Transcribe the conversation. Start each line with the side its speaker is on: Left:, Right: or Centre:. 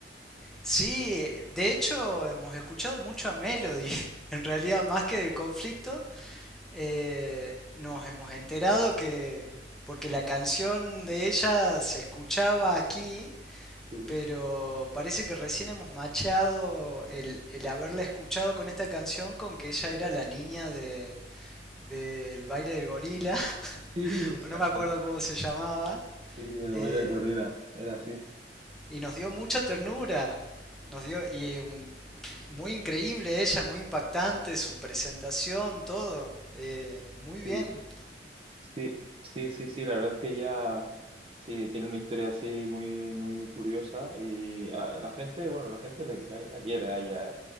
Centre: Sí, de hecho hemos escuchado mucho a Melody. <laughs> En realidad, más que del conflicto, eh, nos hemos enterado que... Porque la canción de ella se escuchaba aquí,
Right: Sí,
Centre: pero
Right: <laughs>
Centre: parece que recién hemos machado el, el haberla escuchado con esta canción con que ella era la niña de, del baile del gorila, <laughs>
Right: sí, exacto.
Centre: o no me acuerdo cómo se llamaba,
Right: Sí, el
Centre: eh,
Right: baile de corrida, era así.
Centre: y nos dio mucha ternura. Nos dio, y un- muy increíble ella, muy impactante, su presentación, todo. eh, muy bien.
Right: Sí. Sí, sí, sí, sí, la verdad es que ella sí tiene una historia así muy, muy curiosa y a la gente, bueno, la gente la, la- la quiere a ella, ¿eh?